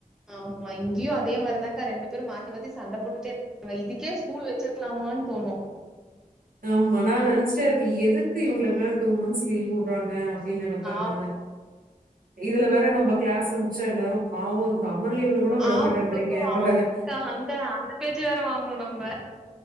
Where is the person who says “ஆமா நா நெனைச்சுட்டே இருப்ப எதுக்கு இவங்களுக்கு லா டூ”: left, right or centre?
Right